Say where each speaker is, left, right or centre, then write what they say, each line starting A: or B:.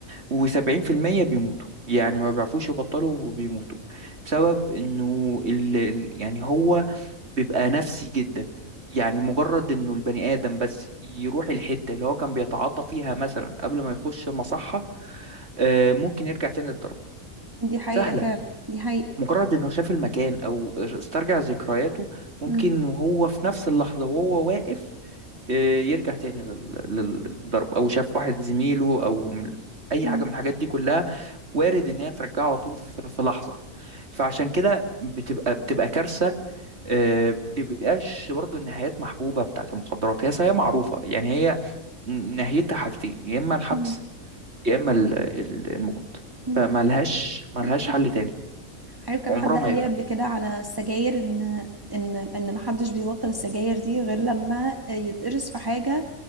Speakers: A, on the right (about 50°); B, on the right (about 15°).
A: وسبعين في المية بيموتوا يعني ما بيعرفوش يبطلوا وبيموتوا بسبب انه ال... ال- يعني هو بيبقى نفسي جدا يعني مجرد انه البني ادم بس يروح الحتة اللي هو كان بيتعاطى فيها مثلا قبل ما يخش المصحة آه، ممكن يرجع تاني للضرب
B: دي حقيقة
A: سهلة
B: فعلا دي حقيقة
A: مجرد انه شاف المكان او استرجع ذكرياته ممكن
B: مم.
A: وهو في نفس اللحظة وهو واقف آه، يرجع تاني لل- لل- للضرب او شاف واحد زميله او من- اي
B: مم.
A: حاجة من الحاجات دي كلها وارد ان هي ترجعه على طول في في لحظه فعشان كده بتبقى بتبقى كارثه آه، بتبقاش برضو النهايات محبوبه بتاعت المخدرات هي هي معروفه يعني هي نهايتها حاجتين يا اما الحبس
B: مم.
A: يا اما ال- ال- الموت
B: موت
A: فملهاش ملهاش
B: <coughs>
A: حل تالت
B: عارف كان
A: عمرها
B: حد
A: ما
B: قال
A: يبقى
B: لي قبل كده على السجاير ان ان ان ما حدش بيبطل السجاير دي غير لما يتقرص في حاجه